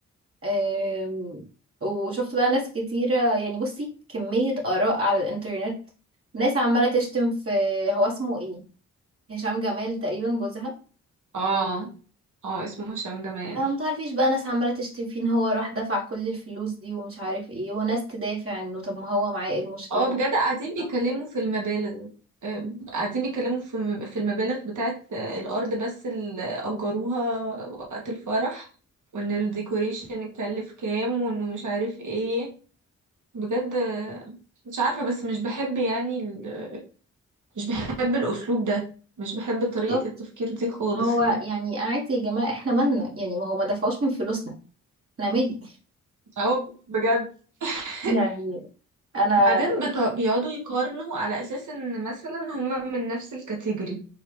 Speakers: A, on the right (about 45°); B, on the right (about 65°).
A: آم، وشفت بقى ناس كتيرة يعني بصي كمية آراء على الإنترنت ناس عمالة تشتم في هو اسمه ايه هشام جمال تقريبا جوزها
B: اه اه اسمه هشام جمال
A: أنا متعرفيش بقى ناس عمالة تشتم فيه إن هو راح دفع كل الفلوس دي ومش عارف ايه وناس تدافع إنه طب ما هو معاه ايه المشكلة
B: اه
A: إنه
B: بجد قاعدين
A: يدفع؟
B: بيتكلموا في المبالغ آه، قاعدين بيتكلموا في في المبالغ بتاعت آه، الأرض بس اللي أجروها وقت الفرح وإن الديكوريشن اتكلف كام وإنه مش عارف ايه بجد آه، مش عارفة بس مش بحب يعني ال... مش بحب الأسلوب ده مش بحب طريقة
A: بالظبط
B: التفكير دي خالص
A: هو
B: يعني
A: يعني قاعد يا جماعة احنا مالنا يعني ما هو ما دفعوش من فلوسنا احنا مالي
B: اه بجد <laughs>
A: يعني أنا
B: بعدين بت- بيقعدوا يقارنوا على أساس إن مثلا هما من نفس الكاتيجوري